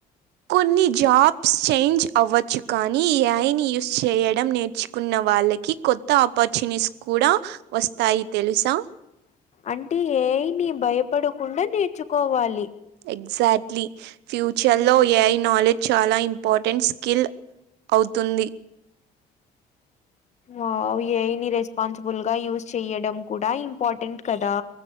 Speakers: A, on the right; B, on the left.
A: కొన్ని జాబ్స్ చేంజ్ అవ్వచ్చు కానీ ఏఐని యూస్ చేయడం నేర్చుకున్న వాళ్ళకి కొత్త ఆపర్చునిటీస్ కూడా వస్తాయి తెలుసా
B: అంటే ఏఐని భయపడకుండా నేర్చుకోవాలి
A: ఎగ్జాక్ట్లీ ఫ్యూచర్ లో ఏఐ నాలెడ్జ్ చాలా ఇంపార్టెంట్ స్కిల్ అవుతుంది
B: వావ్ ఏఐ రెస్పాన్సిబుల్ గా యూజ్ చెయడం కూడా ఇంపార్టెంట్ కదా